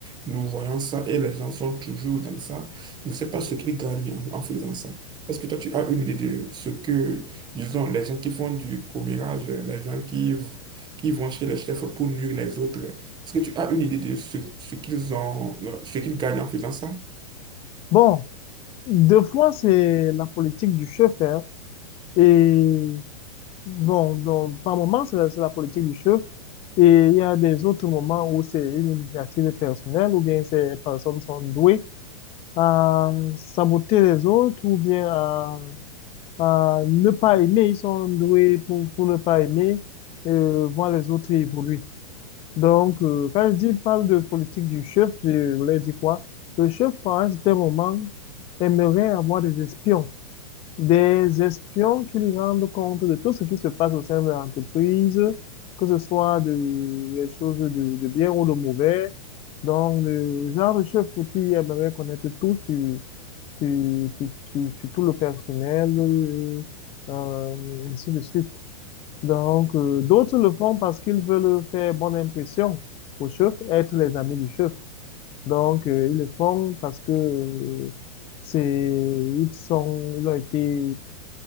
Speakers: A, on the right (about 25°); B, on the left (about 30°).
A: nous voyons ça et les gens sont toujours dans ça. Je ne sais pas ce qu'ils gagnent en, en faisant ça. Est-ce que toi, tu as une idée de ce que, disons, les gens qui font du commérage, les gens qui, qui vont chez les chefs pour nuire les autres, est-ce que tu as une idée de ce, ce qu'ils ont, ce qu'ils gagnent en faisant ça?
B: Bon, deux fois, c'est la politique du chef, hein, et bon, donc, par moment, c'est la, c'est la politique du chef, et il y a des autres moments où c'est une initiative personnelle, ou bien ces personnes sont douées à saboter les autres, ou bien à, à ne pas aimer, ils sont doués pour, pour ne pas aimer, euh, voir les autres évoluer. Donc, euh, quand je dis parle de politique du chef, je voulais dire quoi? Le chef, à un certain moment, aimerait avoir des espions, des espions qui lui rendent compte de tout ce qui se passe au sein de l'entreprise, que ce soit de, des choses de, de bien ou de mauvais. Donc, le genre de chef qui aimerait connaître tout sur, sur, sur, sur- sur tout le personnel, euh, euh, ainsi de suite. Donc, euh, d'autres le font parce qu'ils veulent faire bonne impression au chef, être les amis du chef. Donc, euh, ils le font parce que euh, c'est, ils sont, ils ont été,